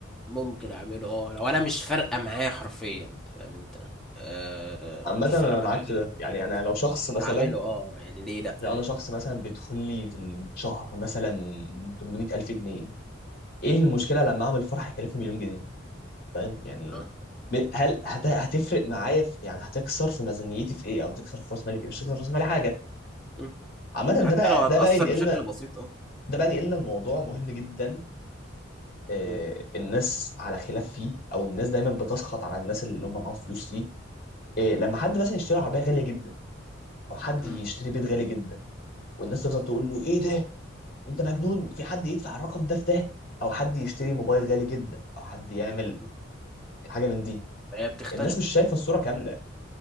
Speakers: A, in the centre; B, on the left.
A: ممكن اعمله اه لو انا مش فارقه معايا حرفيا فاهم انت آه. آه،
B: عامة
A: مش
B: انا
A: فارقه معايا
B: معاك في
A: التكاليف
B: ده يعني انا لو شخص مثلا
A: هعمله اه يعني ليه لا
B: لو انا شخص مثلا بيدخل لي في الشهر مثلا 800 الف جنيه ايه المشكلة لما اعمل فرح يكلفني مليون جنيه فاهم يعني
A: آه.
B: ب- هل هت- هتفرق معايا في يعني هتكسر في ميزانيتي في ايه او هتكسر في راس مالي في ايه مش هتكسر في راس مالي حاجه
A: مم.
B: عامه
A: حتى
B: ده بقى
A: لو هتأثر
B: ده بقى ينقلنا
A: بشكل بسيط اه
B: ده بقى ينقلنا الموضوع مهم جدا آه،
A: مم.
B: الناس على خلاف فيه او الناس دايما بتسخط على الناس اللي هم معاهم فلوس فيه آه، لما حد مثلا يشتري عربيه غاليه جدا او حد
A: مم.
B: يشتري بيت غالي جدا والناس تفضل تقول له ايه ده انت مجنون في حد يدفع الرقم ده في ده او حد يشتري موبايل غالي جدا او حد يعمل
A: مم.
B: حاجه من دي
A: فهي بتختلف
B: الناس مش شايفه الصوره كامله